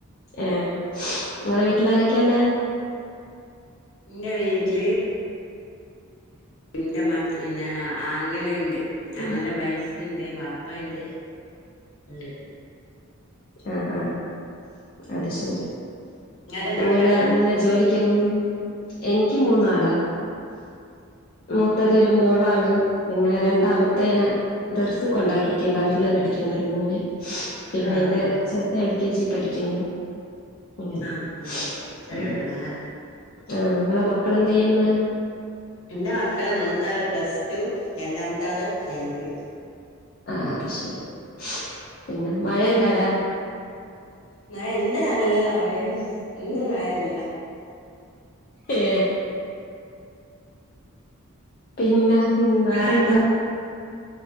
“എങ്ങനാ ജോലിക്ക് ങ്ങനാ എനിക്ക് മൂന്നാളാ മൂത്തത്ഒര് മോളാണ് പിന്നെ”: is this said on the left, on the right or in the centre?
Left